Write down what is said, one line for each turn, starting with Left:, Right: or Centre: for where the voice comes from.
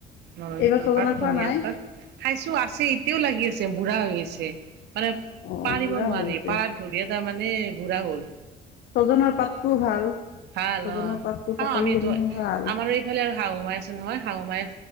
Right: নৰসিংহৰ
Left: এইবাৰ ছজনা
Right: পাত,
Left: খোৱা
Right: ধনিয়াৰ
Left: নাই?
Right: পাত। খাইছো, আছে এতিয়াও লাগি আছে বুঢ়া হৈ গৈছে। মানে
Left: অ'
Right: পাৰিব
Left: বুঢ়া
Right: নোৱাৰি।
Left: হৈ গৈছে।
Right: পাৰাত ধৰি তাৰ মানে মানে বুঢ়া হ'ল।
Left: ছজনাৰ পাতটোও ভাল।
Right: ভাল
Left: ছজনাৰ
Right: অ'
Left: পাতটো
Right: খাও
Left: পকৰি
Right: আমি
Left: খিনি
Right: এইটো।
Left: ভাল।
Right: আমাৰো এইফালে আৰু শাহু মা নহয় শাহু মাই